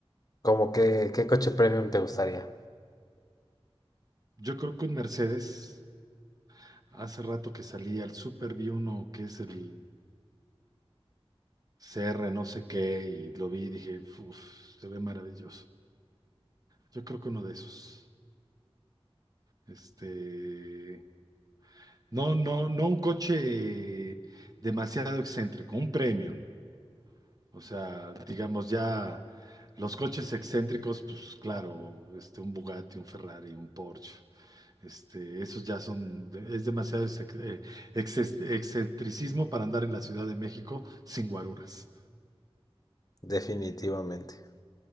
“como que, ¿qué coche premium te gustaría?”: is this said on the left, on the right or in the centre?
Left